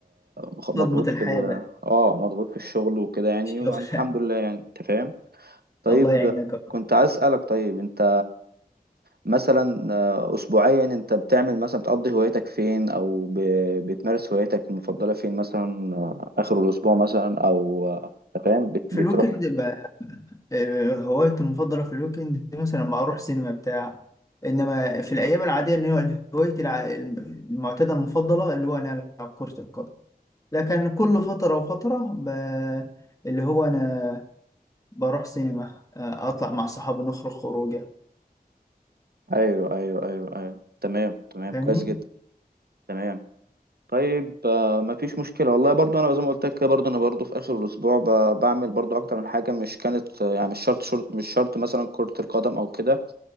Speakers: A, on the right; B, on the left.
A: مخ-
B: صدمة
A: مضغوط
B: الحياة
A: في ال
B: بقى
A: اه مضغوط في الشغل وكده يعني
B: الشغل
A: والحمد لله يعني انت فاهم طيب
B: <laughs> الله يعينك يا رب.
A: كنت عايز اسألك طيب انت مثلا آه، اسبوعيا انت بتعمل مثلا بتقضي هوايتك فين او ب- بتمارس هوايتك المفضله فين مثلا آه، اخر الاسبوع مثلا او آه، أنت فاهم بت-
B: في
A: بتروح
B: الويكند بقى آه، هوايتي المفضلة في الويكند مثلا ما اروح سينما بتاع انما في الايام العادية ان هو هوايتي الع- المعتادة المفضلة اللي هو انا العب كرة القدم لكن كل فترة وفترة ب... اللي هو أنا بروح سينما آه، أطلع مع صحابي نخرج خروجة
A: ايوه ايوه ايوه ايوه تمام تمام
B: فاهمني؟
A: كويس جدا تمام طيب آه، مفيش مشكله والله برضو انا زي ما قلت لك كده برضو انا برضو في اخر الاسبوع ب- بعمل برضو اكتر من حاجه مش كانت آه، يعني مش شرط شرط مش شرط مثلا كره القدم او كده